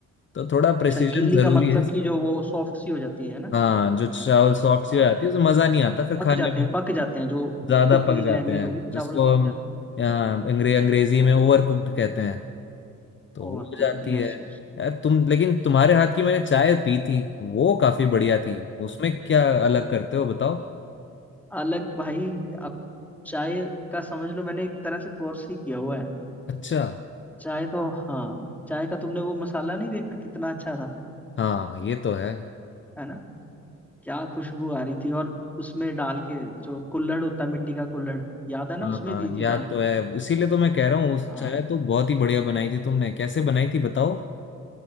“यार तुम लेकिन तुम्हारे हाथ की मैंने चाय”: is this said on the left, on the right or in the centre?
Left